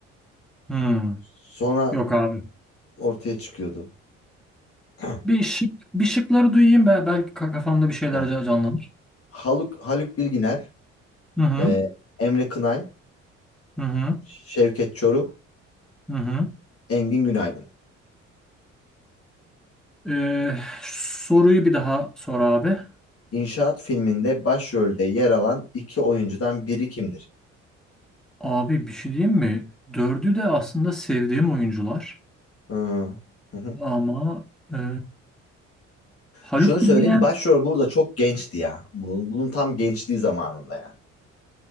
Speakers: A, in the centre; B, on the left.
A: Hmm.
B: Sonra
A: Yok abi.
B: ortaya çıkıyordu. <clears throat>
A: Bir şık bir şıkları duyayım be. Belki ka- kafamda bir şeyler
B: Tamam.
A: ca- canlanır.
B: Haluk, Haluk Bilginer,
A: Hı hı.
B: e, Emre Kınay,
A: Hı hı.
B: Şevket Çoruh,
A: Hı hı.
B: Engin Günaydın.
A: Ee, soruyu bir daha sor abi.
B: İnşaat filminde başrolde yer alan iki oyuncudan biri kimdir?
A: Abi bir şey diyeyim mi? Dördü de aslında sevdiğim oyuncular.
B: Hı, hı hı.
A: Ama e, Haluk
B: Şunu söyleyeyim
A: Bilginer
B: başrol burada çok gençti ya. Bunun, bunun tam gençliği zamanında yani.